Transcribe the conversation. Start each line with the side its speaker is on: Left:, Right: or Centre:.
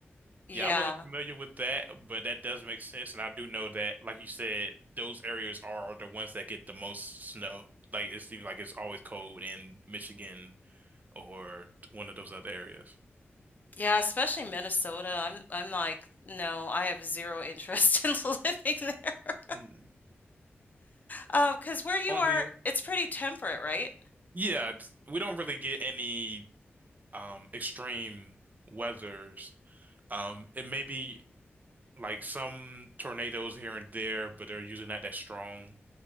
Left: Yeah.
Right: Yeah, I wasn't familiar with that, but that does make sense. And I do know that, like you said, those areas are the ones that get the most snow. Like it seems like it's always cold in Michigan or one of those other areas.
Left: Yeah, especially Minnesota. I'm I'm like, no, I have zero interest <laughs> in living there.
Right: Hmm.
Left: Um, 'cause where you
Right: On
Left: are,
Right: the,
Left: it's pretty temperate, right?
Right: yeah, it's- we don't really get any um extreme weathers. Um, it may be like some tornadoes here and there, but they're usually not that strong,